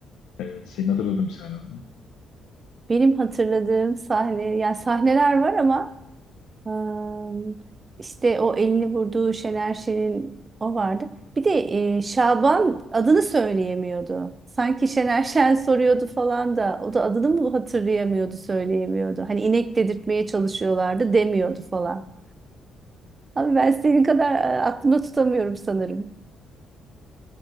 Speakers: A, on the left; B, on the right.
A: evet, senin hatırladığın bir sahne var. mı?
B: Benim hatırladığım sahne, yani sahneler var ama ım, işte o elini vurduğu Şener Şen'in o vardı. Bir de e, Şaban adını söyleyemiyordu. Sanki Şener Şen soruyordu falan da o da adını mı hatırlayamıyordu, söyleyemiyordu. Hani inek dedirtmeye çalışıyorlardı demiyordu falan. Abi ben senin kadar e, aklımda tutamıyorum sanırım.